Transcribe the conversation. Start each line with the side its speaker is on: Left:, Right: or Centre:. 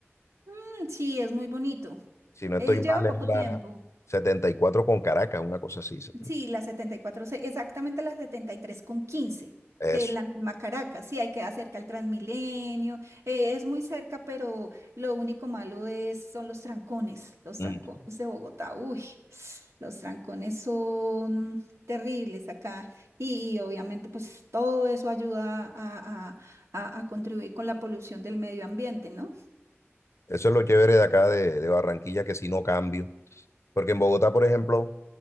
Right: Mm, sí, es muy bonito.
Left: Si no
Right: Él
Left: estoy
Right: lleva
Left: mal,
Right: poco
Left: es la
Right: tiempo.
Left: 74 con Caracas, una cosa así. 70.
Right: Sí, la 74 se- exactamente la 73 con 15,
Left: Eso.
Right: que es la misma Caracas. Sí, hay que cerca al Transmilenio, eh, es muy cerca, pero lo único malo es, son los trancones, los
Left: Mm.
Right: trancones de Bogotá. Uy, los trancones son terribles acá y, y obviamente pues todo eso ayuda a, a a- a contribuir con la polución del medio ambiente, ¿no?
Left: Eso es lo chévere de acá de, de Barranquilla, que si no cambio. Porque en Bogotá, por ejemplo,